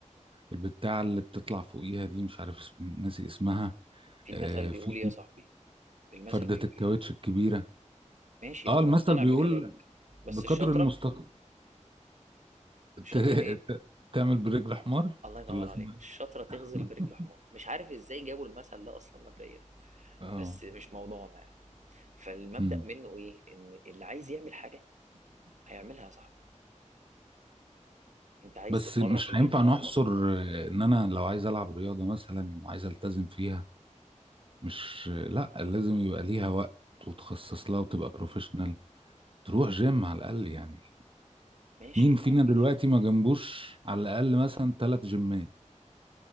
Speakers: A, on the right; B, on the right.
A: البتاع اللي بتطلع فوقيها دي مش عارف اسم ناسي اسمها
B: في المثل
A: آه
B: بيقول
A: في
B: ايه يا صاحبي المثل
A: فردة
B: بيقول
A: الكاوتش
B: ايه
A: الكبيرة
B: ماشي
A: اه
B: انا
A: المثل
B: مقتنع
A: بيقول
B: بكلامك بس
A: بقدر
B: الشطره
A: المستطاع
B: الشطره
A: ت... ت...
B: ايه
A: تعمل برجل حمار
B: الله ينور
A: ولا اسمها
B: عليك الشطره تغزل
A: إيه؟ <laughs>
B: برجل حمار مش عارف ازاي جابوا المثل ده اصلا مبدئيا
A: اه
B: بس مش موضوعنا يعني فالمبدأ
A: مم.
B: منه ايه ان اللي عايز يعمل حاجة هيعملها صح انت عايز
A: بس
B: تتمرن
A: مش
B: في البيت
A: هينفع
B: هتتمرن
A: نحصر آه، ان انا لو عايز العب رياضة مثلا وعايز التزم فيها مش لا لازم يبقى ليها وقت وتخصص لها وتبقى بروفيشنال تروح جيم على الاقل يعني
B: ماشي
A: مين
B: ما
A: فينا دلوقتي
B: فيش
A: ما جنبوش على الاقل مثلا ثلاث جيمات